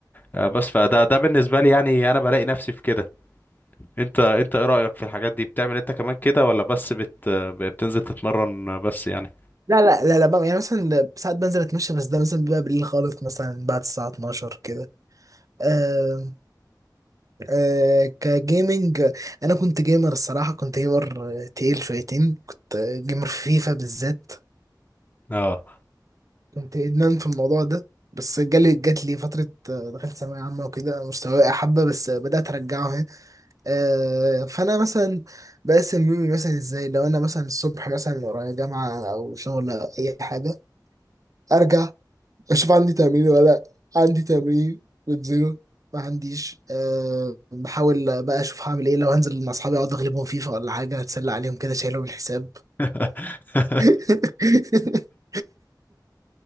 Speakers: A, on the left; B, on the right.
A: أه بس فده ده بالنسبة لي يعني انا بلاقي نفسي في كده انت انت ايه رأيك في الحاجات دي بتعمل انت كمان كده ولا بس بت بتنزل تتمرن بس يعني
B: لا لا لا لا بقى يعني مثلا ده ساعات بنزل اتمشى بس ده مثلا بيبقى بالليل خالص مثلا بعد الساعة 12 كده آه آه كجيمنج انا كنت جيمر الصراحة كنت جيمر تقيل شويتين كنت جيمر في فيفا بالذات
A: اه
B: كنت ادمان في الموضوع ده بس جالي جات لي فترة آه، دخلت ثانوية عامة وكده مستواي وقع حبة بس بدأت أرجعه أهي. أه فأنا مثلا بقسم يومي مثلا إزاي لو أنا مثلا الصبح مثلا ورايا جامعة أو شغل أو أي حاجة أرجع اشوف عندي تمرين ولا لأ. عندي تمرين بنزله ما عنديش أه بحاول بقى اشوف هعمل ايه لو هنزل مع اصحابي اقعد اغلبهم فيفا ولا حاجه اتسلى عليهم كده شايلهم الحساب
A: <laughs>
B: <laughs>